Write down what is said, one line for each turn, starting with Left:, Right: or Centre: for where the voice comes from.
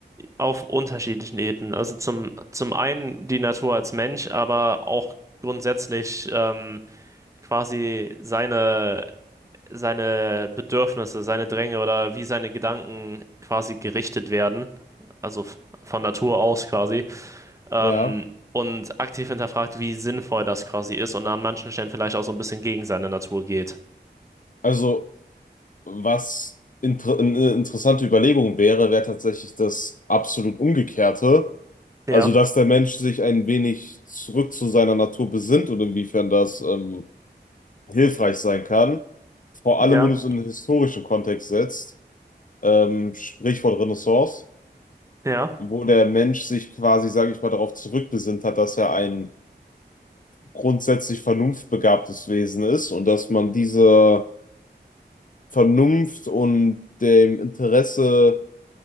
Right: Auf unterschiedlichen Ebenen. Also zum, zum einen die Natur als Mensch, aber auch grundsätzlich ähm, quasi seine seine Bedürfnisse, seine Dränge oder wie seine Gedanken quasi gerichtet werden, also f- von Natur aus quasi, ähm,
Left: ja?
Right: und aktiv hinterfragt, wie sinnvoll das quasi ist und an manchen Stellen vielleicht auch so ein bisschen gegen seine Natur geht.
Left: Also was inter eine interessante Überlegung wäre, wäre tatsächlich das absolut Umgekehrte.
Right: Ja,
Left: Also dass der Mensch sich ein wenig zurück zu seiner Natur besinnt und inwiefern das ähm, hilfreich sein kann. Vor
Right: ja,
Left: allem, wenn du es in einen historischen Kontext setzt, ähm, Sprichwort Renaissance,
Right: ja,
Left: wo der Mensch sich quasi, sage ich mal, darauf zurückbesinnt hat, dass er ein grundsätzlich vernunftbegabtes Wesen ist und dass man diese Vernunft und dem Interesse,